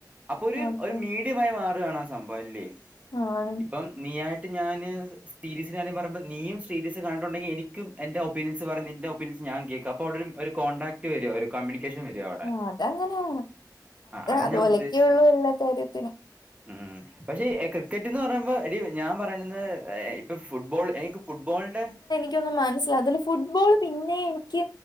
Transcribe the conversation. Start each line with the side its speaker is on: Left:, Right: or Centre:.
Right: അപ്പൊ ഒരു
Left: ഓക്കെ
Right: ഒരു മീഡിയമായി മാറുകയാണ് ആ സംഭവം അല്ലേ
Left: ആണ്
Right: അപ്പം നീ ആയിട്ട് ഞാന് സീരീസ് ഞാന് പറമ്പോ നീയും സീരീസ് കണ്ടിട്ടുണ്ടെങ്കി എനിക്കും എന്റെ ഒപ്പീനിയൻസ് പറ നിന്റെ ഒപ്പീനിയൻസ് ഞാനും കേൾക്കാം അപ്പൊ അവിടെ ഒരു കോൺടാക്ട് വരും ഒരു കമ്മ്യൂണി.. വെക്കേഷൻ വരുവോ
Left: ആഹ് അതങ്ങനെയാ
Right: അതാ
Left: അതോലെക്കെയുള്ളൂ
Right: ഞാൻ ഉദ്ദേശിച്ചത്
Left: എല്ലാ കാര്യത്തിനും
Right: ഉം പക്ഷെ ക്രിക്കറ്റ് എന്ന് പറയുമ്പോ എടീ ഞാൻ പറയുന്നത് ഏഹ് ഫുട്ബോൾ എനിക്ക് ഫുട്ബോളിന്റെ
Left: എനിക്കു ഒന്നും മനസ്സിലാവത്തില്ല ഫുട്ബോൾ പിന്നെയും എനിക്ക്